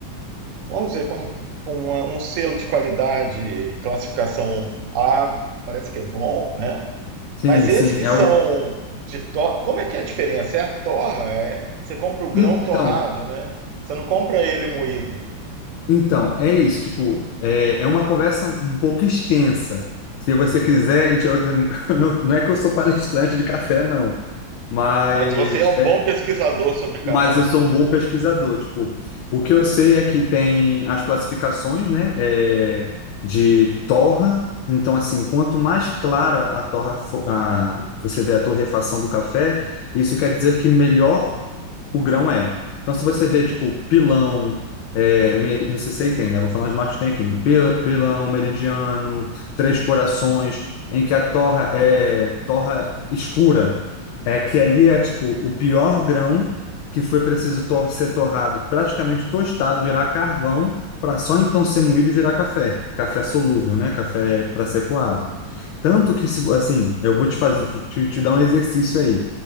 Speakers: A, on the right; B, on the left.
A: vamos dizer, com, com uma- um selo de qualidade, classificação A, parece que é bom, né?
B: Sim,
A: Mas esses
B: sim.
A: que
B: É
A: são
B: o...
A: de torra, como é que é a diferença? É a torra, é... você compra o grão
B: Então,
A: torrado, né? Você não compra ele moído.
B: Então, é isso, tipo, é, é uma conversa um pouco extensa. Se você quiser, a gente, eu- <laughs> não, não é que eu sou palestrante de café, não, mas
A: Mas você é um bom pesquisador sobre café.
B: mas eu sou um bom pesquisador. Tipo, o que eu sei é que tem as classificações, né, é, de torra. Então, assim, quanto mais clara a torra, fo- a, você vê a torrefação do café, isso quer dizer que melhor o grão é. Então, se você vê, tipo, pilão, é, meri- não sei se aí tem, né? Vou falar os marcos que tem aqui. Pil- Pilão, meridiano, três corações, em que a torra é torra escura. É que ali é, tipo, o pior grão que foi preciso tor- ser torrado, praticamente tostado, virar carvão, para só então ser moído e virar café. Café solúvel, né? Café para ser coado. Tanto que, se- assim, eu vou te fazer, te, te dar um exercício aí.